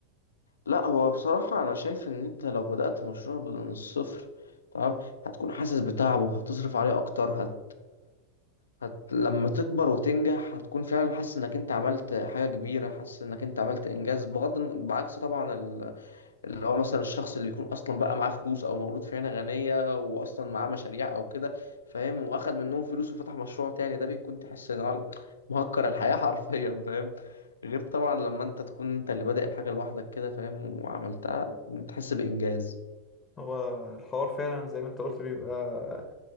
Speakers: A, on the left; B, on the left.
A: لا هو بصراحة انا شايف ان انت لو بدأت مشروع من الصفر تمام هتكون حاسس بتعبه وهتصرف عليه اكتر هت... هت لما تكبر وتنجح هتكون فعلا حاسس انك انت عملت حاجة كبيرة حاسس انك انت عملت انجاز بغض الن- بعكس طبعا اللي هو مثلا الشخص اللي بيكون اصلا بقى معاه فلوس او مولود في عيله غنيه واصلا معاه مشاريع او كده فاهم واخد منهم فلوس وفتح مشروع تاني ده بيكون تحس ان هو مهكر الحياه <laughs> حرفيا فاهم غير طبعا لما انت تكون انت اللي بادئ الحاجه لوحدك كده فاهم وعملتها بتحس بانجاز
B: هو الحوار فعلا زي ما انت قلت بيبقى